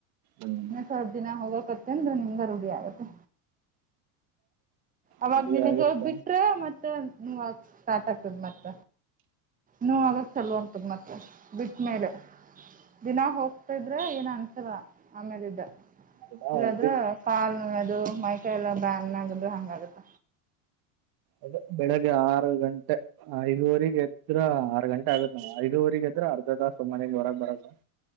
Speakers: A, on the right (about 50°); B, on the right (about 20°).
A: ಹ್ಮ್
B: ಇನ್ನ ಸ್ವಲ್ಪ ದಿನ ಹೋಗಕತ್ತ ಅಂದ್ರ ನಿಮ್ಗ ರೂಢಿ ಆಗತ್ತೆ. ಅವಾಗ
A: ರೂಢಿ
B: ನಿನಗ್
A: ಆಗತ್ತ
B: ಬಿಟ್ರೆ ಮತ್ತೆ ಸ್ಟಾರ್ಟ್ ಆಕತದ ಮತ್ತ. ನೋವು ಆಗ ಚಲುವ ಅಂತದ ಮತ್ತೆ. ಬಿಟ್ಟ್ಮೇಲೆ ದಿನ ಹೋಗ್ತಿದ್ರೆ ಏನ್ ಅನ್ಸಲ್ಲಾ ಆಮೇಲಿದ್ದ
A: ದಿನಾ
B: ಇಲ್ಲಾದ್ರ
A: ಒಂದ್
B: ಕಾಲ್ ನೋಯದು ಮೈಕೈ ಎಲ್ಲ ಬ್ಯಾನ್ ಆಗದ ಹಂಗಗತ್ತ.
A: ಅದ ಬೆಳಿಗ್ಗೆ ಆರು ಗಂಟೆ ಐದುವರೆರಿಗೆ ಎದ್ರ ಗಂಟೆ ಆಗತ್ತ ಐದುವರೆಗ ಎದ್ರೆ ಅರ್ಧ ತಾಸು ಮನೆಯಿಂದ ಹೊರಗೆ ಬರಕ